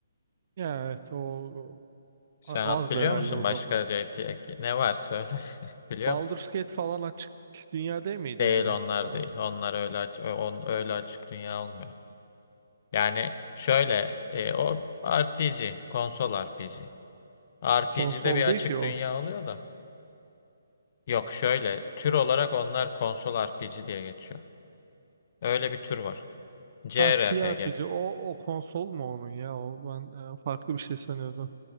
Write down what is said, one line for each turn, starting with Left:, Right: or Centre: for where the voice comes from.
Right: ya evet o
Left: Sen
Right: a-
Left: at
Right: azdı
Left: biliyor
Right: herhalde
Left: musun
Right: o zaman.
Left: başka GTA ki? ne var söyle. <laughs> Biliyor
Right: Baldur's
Left: musun?
Right: Gate falan açık dünya değil miydi
Left: Değil
Right: yani?
Left: onlar
Right: Ee,
Left: değil. Onlar öyle aç ö- on, öyle açık dünya olmuyor. Yani şöyle e, o RPG, konsol RPG. RPG'de
Right: konsol
Left: bir açık
Right: değil ki o.
Left: dünya oluyor da. Yok şöyle tür olarak onlar konsol RPG diye geçiyor. Öyle bir tür var. CRPG.
Right: Ha CRPG o, o konsol mu onun ya o ben e, farklı bir şey sanıyordum.